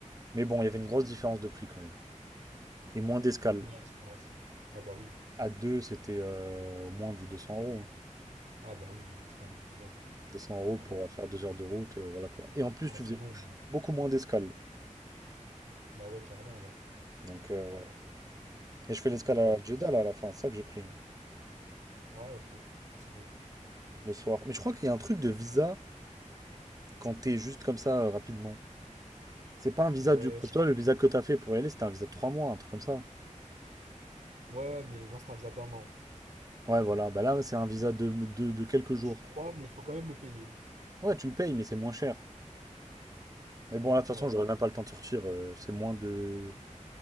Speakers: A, on the right; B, on the right.
A: Mais bon, il y avait une grosse différence de prix quand même. Et moins d'escale.
B: C'était combien la différence? Ah bah oui.
A: À deux, c'était euh, au moins du 200 euros. hein.
B: Ah bah oui, euh, c'est pas négligeable.
A: 200 euros
B: Clairement.
A: pour faire deux heures de route, euh, voilà quoi. Et en plus,
B: Bon,
A: tu
B: c'est
A: faisais
B: bon.
A: beaucoup moins d'escale.
B: Bah ouais, clairement alors.
A: Donc, euh,
B: Clairement,
A: ouais.
B: clairement.
A: Et je fais l'escale
B: Y a pas
A: à
B: de...
A: Jeddah, là, à la fin. C'est ça que j'ai pris, hein,
B: Ah ok, stylé.
A: le soir. Mais je crois qu'il y a un truc de visa quand t'es juste comme ça, euh, rapidement. C'est pas un visa
B: Ouais,
A: du... Parce
B: je-
A: que toi, le visa que t'as fait pour y aller, c'était un visa de trois mois, un truc comme ça.
B: ouais, ouais, mais non, c'est un visa d'un an.
A: Ouais, voilà. Bah là, c'est un visa de, de, de quelques jours.
B: Je crois, mais il faut quand même le payer.
A: Ouais, tu le payes, mais c'est moins cher. Mais bon, là, de toute
B: Ouais.
A: façon, j'aurais même pas le temps de sortir. euh, c'est moins de...